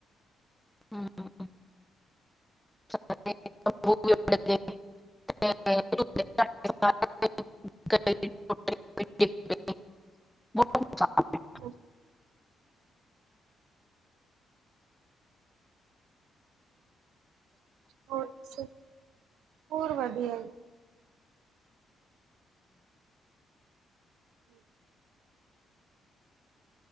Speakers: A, in the centre; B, on the right (about 80°).
A: <unintelligible> <inaudible> <inaudible>
B: ਹੂੰ, ਹੋਰ ਦੱਸੋ ਹੋਰ ਵਧੀਆ ਜੀ। <inaudible>